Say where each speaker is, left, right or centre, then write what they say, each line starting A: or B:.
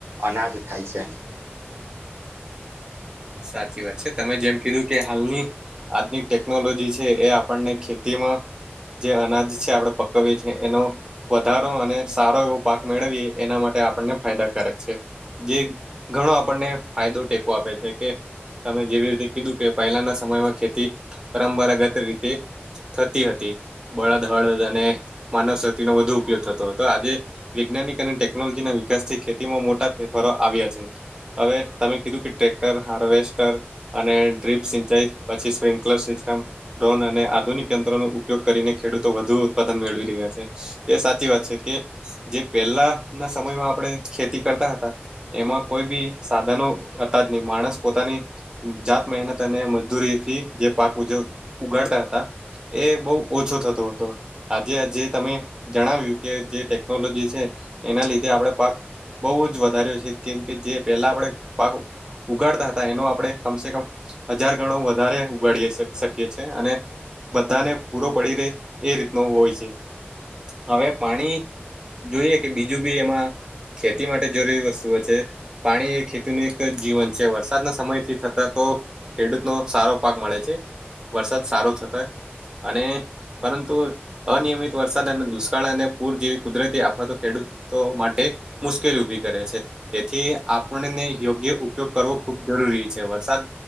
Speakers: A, on the right; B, on the right.
A: અનાજ થાય છે.
B: સાચી વાત છે, તમે જેમ કીધું કે હાલની આજની ટેકનોલોજી છે, એ આપણને ખેતીમાં જે અનાજ છે, આપણે પકવીએ છે, એનો વધારો અને સારો એવો પાક મેળવી એના માટે આપણને ફાયદાકારક છે. જે ઘણો આપણને ફાયદો ટેકો આપે છે. કે તમે જેવી રીતે કીધું કે પહેલાના સમયમાં ખેતી પરંપરાગત રીતે થતી હતી બળદ હળદ અને માનવ શક્તિનો વધુ ઉપયોગ થતો હતો આજે વૈજ્ઞાનિક અને ટેકનોલોજીના વિકાસથી ખેતીમાં મોટા ફેરફારો આવ્યા છે. અવે તમે કીધું કે ટ્રે <unintelligible> હાવેસ્ટર અને ડ્રીપ સિંચાઈ પછી સ્લિકલર સિસ્ટમ ડોન અને આધુનિક યંત્રો નુ ઉપયોગ કરીને ખેડૂતો વધુ ઉત્પાદન મેળવી રહ્યા છે. એ સાચી વાત છે, કે જે પેલા ના સમયમાં આપણે ખેતી કરતા હતા એમાં કોઈ બી સાધનો હતા જ ની માણસ પોતાની જાત મહેનત અને મજદૂરીથી જે પાક ઉજવ ઉગાડતા હતા એ બો ઓછો થતો હતો. આજે જે તમે જણાવ્યું કે જે ટેકનોલોજી છે, એના લીધે આપડે પાક બોવ જ વધારે છે, કેમ કે જે પેલા આપડે પાક ઉગાડતા હતા એનો આપણે કમસે કમ હજાર ગણો વધારે ઉગાડીએ શ શકીએ છે, અને બધાને પૂરો પડી રે એ રીતનું હોય છે, હવે પાણી જોઈએ કે બીજું બી એમાં ખેતી માટે જરૂરી વસ્તુઓ છે, પાણી એ ખેતીને તેજ જીવન છે વરસાદના સમયથી થતા તો ખેડૂતનો સારો પાક મળે છે. વરસાદ સારો થતો અને પરંતુ અનિયમિત વરસાદ અને દુષ્કાળ અને પૂર જેવી કુદરતી આફતો ખેડૂતો માટે મુશ્કેલી ઉભી કરે છે તેથી આપણને યોગ જે ઉપયોગ કરવો ખૂબ જરૂરી છે વરસાદ